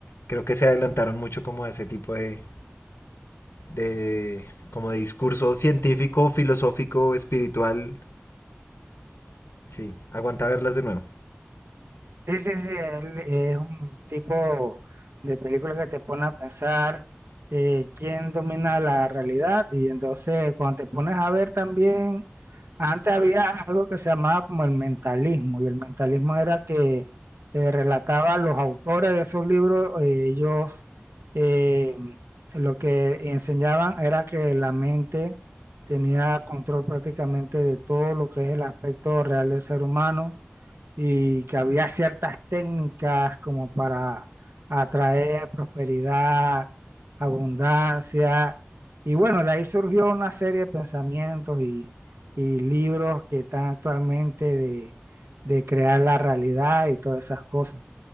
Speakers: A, on the left; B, on the right.
A: Creo que se adelantaron mucho como a ese tipo de, de como de discurso científico, filosófico, espiritual. Sí, aguanta verlas de nuevo.
B: Sí, sí, sí, él es un tipo de película que te pone a pensar eh, quién domina la realidad y entonces cuando te pones a ver también, antes había algo que se llamaba como el mentalismo y el mentalismo era que eh, relataba los autores de esos libros, eh, ellos eh, lo que enseñaban era que la mente tenía control prácticamente de todo lo que es el aspecto real del ser humano y que había ciertas técnicas como para atraer prosperidad, abundancia. Y bueno, de ahí surgió una serie de pensamientos y, y libros que están actualmente de, de crear la realidad y todas esas cosas.